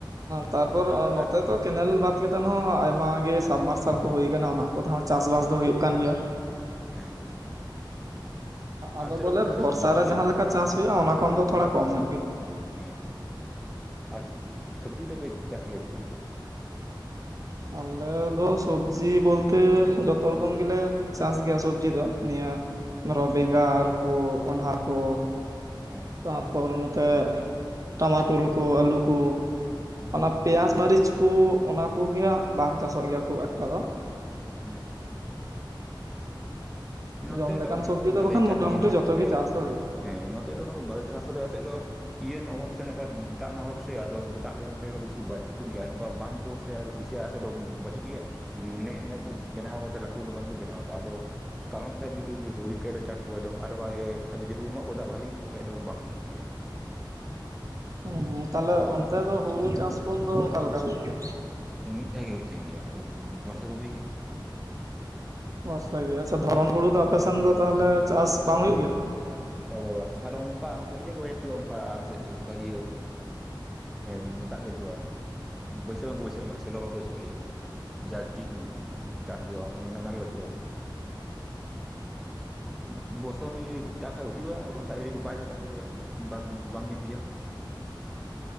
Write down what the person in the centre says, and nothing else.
ᱟᱼ
ᱟᱡᱟᱼᱼ
ᱦᱮᱸ
ᱟᱞᱮ ᱥᱮᱫ
ᱫᱚ ᱚᱱᱠᱟ ᱥᱮ
ᱵᱟᱹᱪᱩᱜ
ᱜᱮᱭᱟ
ᱦᱮᱸ ᱟᱨ ᱥᱚᱵᱽᱡᱤ ᱫᱚ ᱯᱮ ᱪᱟᱥ ᱜᱮᱭᱟ ᱪᱮᱫ ᱠᱚ?
ᱦᱮᱸ
ᱦᱮᱸ
ᱦᱮᱸ
ᱦᱮᱸᱻ ᱱᱚᱛᱮ
ᱫᱚ ᱚᱱᱟ
ᱠᱚ ᱫᱚ ᱵᱟᱞᱮ
ᱪᱟᱥ
ᱜᱮᱭᱟ
ᱟᱥᱚᱞᱮ,
ᱦᱮᱸ ᱱᱚᱛᱮ ᱫᱚ ᱚᱱᱟ <unintelligible> ᱫᱚ ᱤᱭᱟᱹ ᱨᱮᱱᱟᱜ ᱚᱵᱷᱟᱵ ᱥᱮ ᱱᱚᱝᱠᱟ ᱫᱟᱜ ᱨᱮᱱᱟᱜ ᱚᱵᱷᱟᱵ ᱥᱮ ᱟᱫᱚ ᱫᱟᱜ ᱫᱚ ᱱᱚ ᱵᱮᱥᱤ ᱵᱟᱪᱚᱜ ᱜᱮᱭᱟ ᱱᱚᱝᱠᱟ ᱵᱟᱝ ᱠᱚᱼᱼ <unintelligible> ᱵᱟᱪᱩᱜ ᱜᱮᱭᱟ ᱱᱮᱜ ᱱᱮᱜ ᱠᱚ ᱵᱮᱱᱟᱣ ᱠᱟ ᱠᱟᱛᱮ ᱞᱟᱹᱴᱩ ᱞᱟᱹᱴᱩ ᱵᱟᱝ ᱠᱚ ᱵᱮᱱᱟᱣ ᱮᱫᱟ ᱟᱫᱚᱼᱼ ᱠᱟᱨᱚᱱ ᱥᱮᱫ ᱡᱩᱫᱤ ᱦᱩᱭᱩᱜ ᱛᱟᱭᱟ ᱪᱟᱥ ᱠᱚᱫᱚ ᱟᱨᱚ ᱡᱩᱫᱤ ᱠᱚ ᱮᱢᱚᱜ ᱠᱚᱫᱟ ᱵᱷᱟᱜᱞᱤ ᱜᱮ ᱵᱟᱠᱷᱟᱡ ᱫᱚ ᱵᱟᱝ ᱦᱩᱭ ᱜᱮᱭᱟ
ᱢᱤᱫ ᱫᱷᱟᱣ ᱜᱮ ᱦᱩᱭᱩᱜ ᱛᱟᱦᱮᱱ ᱜᱮᱭᱟ ᱠᱩ ᱵᱚᱨᱥᱟ ᱠᱩᱵᱤ ᱜᱮᱭᱟ
ᱵᱟ ᱵᱟ ᱵᱟ ᱟᱨ ᱚᱱᱠᱟ ᱤᱭᱟᱹ ᱦᱩᱭ ᱜᱮ <unintelligible> ᱚᱱᱠᱟ ᱟᱞᱮ ᱥᱮᱫ ᱫᱚ ᱚᱱᱠᱟ ᱤᱭᱟᱹᱼᱼ ᱦᱮᱸ ᱫᱟᱜ ᱜᱮ ᱵᱟᱪᱩᱜᱼᱟ ᱵᱟᱹᱭᱥᱟᱹᱣ ᱵᱟᱝ ᱠᱚ ᱵᱟᱹᱭᱥᱟᱹᱜ ᱠᱟᱱᱟ ᱥᱮᱞᱚ ᱵᱟᱝ ᱠᱚ ᱵᱟᱭᱥᱟᱹᱣᱼᱟ ᱞᱤᱧᱟ᱾ ᱡᱟ <unintelligible> ᱫᱟᱜ ᱦᱤᱡᱩᱜᱼᱟ ᱚᱱᱮ ᱚᱱᱟ ᱜᱮ ᱵᱟᱹᱪᱩᱜᱼᱟ᱾ <inaudible> <unintelligible> ᱫᱟᱜᱟ ᱦᱩᱭᱩᱜᱼᱟ ᱵᱟᱝ ᱠᱷᱟᱱ ᱡᱩᱫᱤ ᱵᱟᱭ ᱫᱟᱜᱟ ᱛᱚᱵᱮ ᱵᱟᱝ ᱵᱟᱝ ᱦᱩᱭᱩᱜ ᱜᱮᱭᱟ᱾